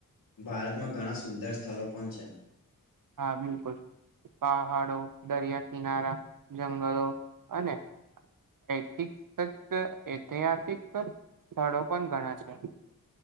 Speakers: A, on the left; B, on the right.
A: ભારતમાં ઘણા સુંદર સ્થળ પણ છે
B: હા બિલકુલ પહાડો દરિયા કિનારા જંગલો અને ઐતિિક ઐતિહાસિક સ્થળો પણ ઘણા છે